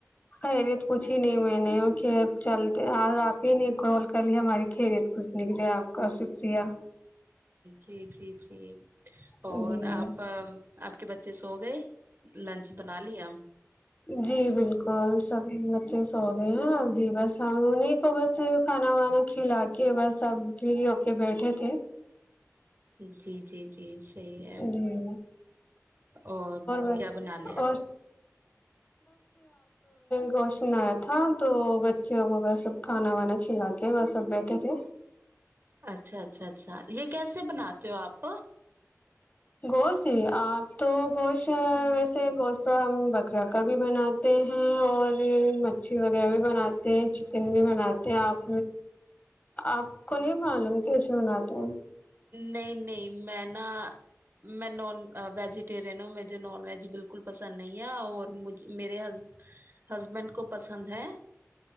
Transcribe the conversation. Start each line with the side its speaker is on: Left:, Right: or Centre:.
Left: خیریت پوچھھی نہیں میں نے کہ اب چل آ آپ ہی نے کال کر لی ہماری خیریت پوچھنے کے لیے آپ کا شکریہ
Right: جی جی جی
Left: جی
Right: اور آپ آپ کے بچے سو گئے لنچ بنا لییا
Left: جی بالکل سب بچے سو گئے ہیں ابھی بس ہم انہیں کو بس کھانا وانا کھلا کے بس اب پھر ہو کے بیٹھے تھے
Right: جی جی جی صی ہے
Left: جی
Right: اور
Left: بس
Right: کیا بنا لیا
Left: اور گوش میںنیا تھا تو ب <unintelligible> ج وا سب کانا وانا <unintelligible> کھلا کے وہ سب بیٹھے تھے <unintelligible>
Right: اچھا اچھا اچھا یہ کیسے بناتے ہو آپ
Left: گوشت ہی آپ تو گوشت ویسے گوشت تو ہم بکرا کا بھی بناتے ہیں اور مچھی وغیرہ بھی بناتے ہیں چکن بھی بناتے ہیں آپ آپ کو نہیں معلوم کی ایسے بناتے ہیں
Right: نہیں نہیں میں نا میں نان ویجیٹیرین ہوں مجھے نان ویج بالکل پسند نہیں ہے اورج میرے ہسبینڈ کو پسند ہے